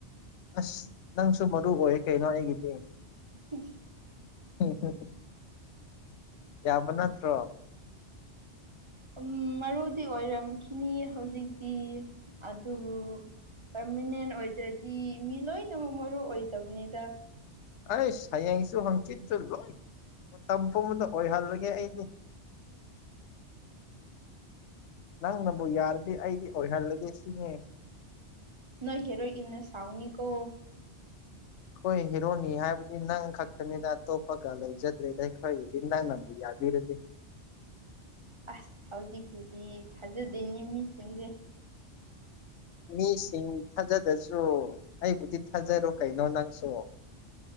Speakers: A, on the left (about 80°); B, on the right (about 25°).
A: ꯑꯁ ꯅꯪꯁꯨ ꯃꯔꯨ ꯑꯣꯏ ꯀꯩꯅꯣ ꯑꯩꯒꯤꯗꯤ
B: <inaudible>
A: <unintelligible> ꯌꯥꯕ ꯅꯠꯇ꯭ꯔꯣ
B: ꯎꯝ ꯃꯔꯨꯗꯤ ꯑꯣꯏꯔꯝꯈꯤꯅꯤ ꯍꯧꯖꯤꯛꯇꯤ ꯑꯗꯨ ꯄꯔꯃꯤꯅꯦꯟ ꯑꯣꯏꯗ꯭ꯔꯗꯤ ꯃꯤ ꯂꯣꯏꯅꯃꯛ ꯃꯔꯨ ꯑꯣꯏꯗꯕꯅꯤꯗ
A: ꯑꯩꯁ ꯍꯌꯦꯡꯁꯨ ꯍꯥꯡꯆꯤꯠꯁꯨ ꯂꯣꯏ ꯃꯇꯝ ꯄꯨꯝꯕꯗ ꯑꯣꯏꯍꯜꯂꯒꯦ ꯑꯩꯗꯤ ꯅꯪꯅꯕꯨ ꯌꯥꯔꯗꯤ ꯑꯩꯗꯤ ꯑꯣꯏꯍꯜꯂꯒꯦ ꯁꯤꯅꯤ
B: ꯅꯣꯏ ꯍꯦꯔꯣꯏꯟꯅ ꯁꯥꯎꯅꯤꯀꯣ
A: ꯑꯩꯈꯣꯏ ꯍꯦꯔꯣꯅꯤ ꯍꯥꯏꯕꯗꯤ ꯅꯪ ꯈꯛꯇꯅꯤꯅ ꯑꯇꯣꯞꯄꯒ ꯂꯩꯖꯗ꯭ꯔꯦꯗ ꯑꯩꯈꯣꯏꯒꯤꯗꯤ ꯅꯪꯅꯕꯨ ꯌꯥꯕꯤꯔꯗꯤ
B: ꯑꯁ ꯍꯧꯖꯤꯛꯀꯤꯗꯤ ꯊꯥꯖꯗꯦꯅꯦ ꯃꯤꯁꯤꯡꯁꯦ
A: ꯃꯤꯁꯤꯡ ꯊꯥꯖꯗꯁꯨ ꯑꯩꯕꯨꯗꯤ ꯊꯥꯖꯔꯣ ꯀꯩꯅꯣ ꯅꯪꯁꯨ